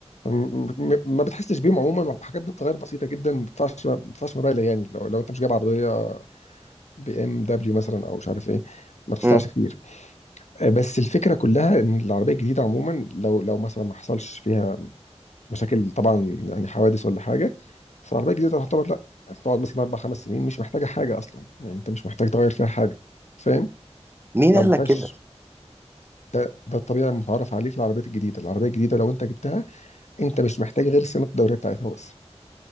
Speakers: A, on the left; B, on the right.
A: م- م- ما بتحسش بيهم عموما وحاجات بتتغير بسيطه جدا ما بتدفعش ما بتدفعش مبالغ يعني لو لو انت مش جايب عربيه بي ام دبليو مثلا او مش عارف ايه ما بتدفعش
B: مم.
A: كتير آه، بس الفكره كلها ان العربيه الجديده عموما لو لو مثلا ما حصلش فيها مشاكل طبعا يعني حوادث ولا حاجه بس العربيه الجديده تعتبر لا هتقعد مثلا اربع خمس سنين مش محتاجه حاجه اصلا يعني انت مش محتاج تغير فيها حاجه فاهم
B: مين
A: لو
B: قال
A: ما فيهاش
B: لك كده
A: ده ده الطبيعي المتعارف عليه في العربيات الجديده العربيه الجديده لو انت جبتها انت مش محتاج غير صيانه الدوريه بتاعتها بس